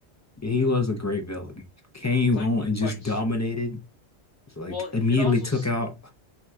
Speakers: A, on the left; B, on the left.
A: He was a great villain. Came
B: It's like,
A: on and just
B: it's like,
A: dominated. It's like
B: well,
A: immediately
B: it also
A: took out.